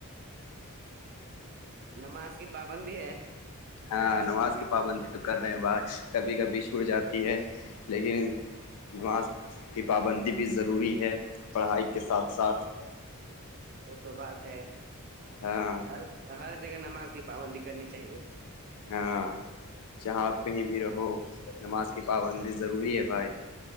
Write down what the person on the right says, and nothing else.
نماز کی پابندی ہے
وہ تو بات ہے
ہر ہر جگہ نماز کی پابندی کرنی چاہیے